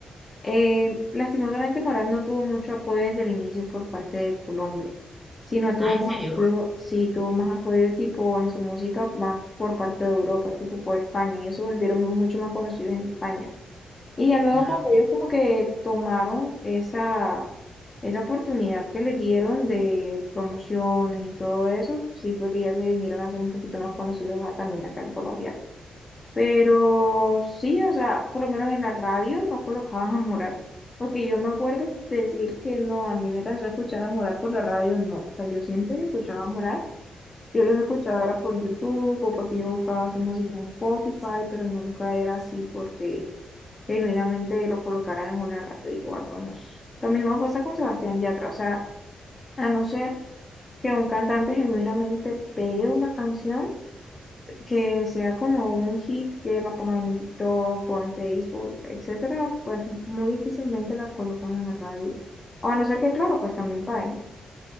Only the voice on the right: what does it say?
Ah, ¿en serio?
No.